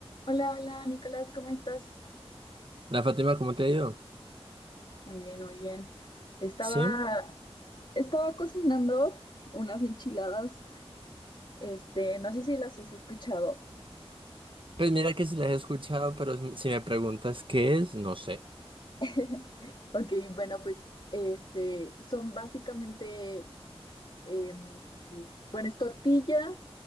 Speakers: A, on the left; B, on the right.
A: Hola, hola, Nicolás, ¿cómo estás?
B: La Fátima, ¿cómo te ha ido?
A: Muy bien, muy bien. Estaba,
B: Sí,
A: estaba cocinando unas enchiladas. Este, no sé si las has escuchado.
B: Pues mira que sí las he escuchado, pero si si me preguntas qué es, no sé.
A: <laughs> Ok, bueno, pues este, son básicamente, em, bueno, es tortilla,